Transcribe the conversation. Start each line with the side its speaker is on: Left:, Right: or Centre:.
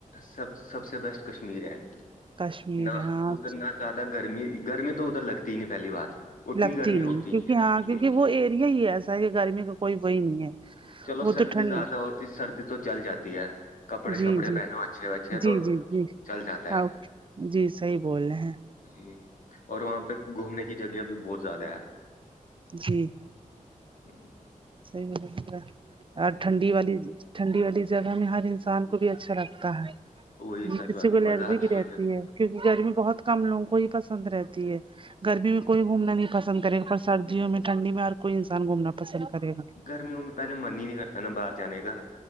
Left: سب سب سے بیسٹ کشمیر ہے
Right: کشمیر
Left: نہ
Right: ہاں
Left: ادھر نہ زیادہ گرمی گرمی تو ادھر لگتی ہی نہیں پہلی بات اتنی
Right: لگتی
Left: گرمی
Right: نہیں
Left: ہوتی
Right: کیونکی
Left: ہے
Right: ہاں کیونکی
Left: ہوں
Right: وہ ایریا ہی ہے ایسا ہے کہ گرمی کو کوئی وہی نہیں ہے
Left: چلو
Right: وہ
Left: سردی
Right: تو ٹھنڈ
Left: زیادہ ہوتی سردی تو چل جاتی ہے کپڑے
Right: جی
Left: شپڑے
Right: جی
Left: پہنو اچھے وچھے
Right: جی
Left: تو
Right: جی جی
Left: چل جاتا
Right: ہاں
Left: ہے
Right: جی صحیح بول رہے ہیں
Left: ہوں اور وہاں پے گھومنے کی جگہ بھی بہت زیادہ ہے
Right: جی
Left: ہ
Right: صحیح ہولے اور ٹھنڈی والی ٹھنڈی والی جگہ میں ہر انسان کو بھی اچھا لگتا ہے
Left: وہی
Right: یے
Left: سچ
Right: کسی
Left: بات
Right: کو
Left: ہے
Right: الرجی
Left: مزہ آتا
Right: بھی رہتی ہے کیونکی گرمی بہت کم لوگوں کو ہی پسند رہتی ہے گرمی میں کوئی گھومنا نہیں پسند کرے گا پر سردیوں میں ٹھنڈی میں ہر کوئی انسان گھومنا پسند کرے گا
Left: گرمیوں میں پہلے من ہی نہیں کرتا نا باہر جانے کا